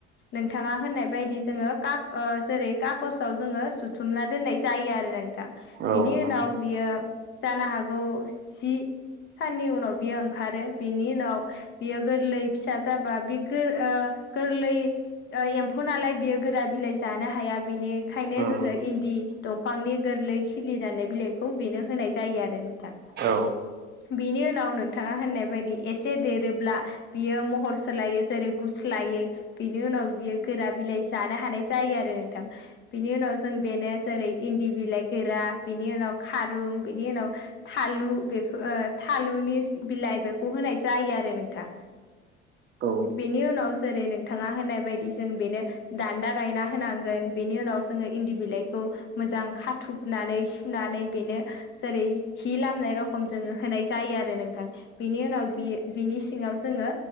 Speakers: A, on the left; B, on the right.
A: नोंथाङा होननाय बायदि जोङो काक ओ जेरै- काकसआव जोङो जुथुम ना दोननाय जायो आरो नोंथां बिनि
B: औ
A: उनाव
B: नंगौ
A: बियो जानो हागौ जि साननि उनाव बियो ओंखारो बेनि उनाव बियो गोरलै फिसा गाबा बे गो ओ गोरलै ओ एम्फौ नालाय बियो गोरा बिलाइ जानो हाया बिनिखायनो
B: उम
A: जोङो इन्दि दंफांनि गोरलै खिलि दाननाय बिलाइखौ बेनो होनाय जायो आरो नोंथां।
B: औ
A: बिनि उनाव नोंथाङा होननाय बायदि एसे देरोब्ला बियो महर सोलायो जेरै-गु स्लायो बिनि उनाव बियो गोरा बिलाइ जानो हानाय जायो आरो नोंथां बिनि उनाव जों बेनो जेरै- इन्दि बिलाइ गोरा बिनि उनाव खारुं बिनि उनाव थालु बेखौ ओ थालुनि बिलाइ बेखौ होनाय जायो आरो नोंथां।
B: उम
A: बेनि उ- नाव जेरै नोंथाङा होनाय बायदि जों बेनो दान्दा गायना होनांगोन बेनि उनाव जोङो इन्दि बिलाइ खौ मोजां खाथोबनानै सुनानै बेनो जेरै- हि लामनाय रखम जोङो होनाय जायो आरो नोंथां। बिनि उनाव बियो बिनि सिङाव जोङो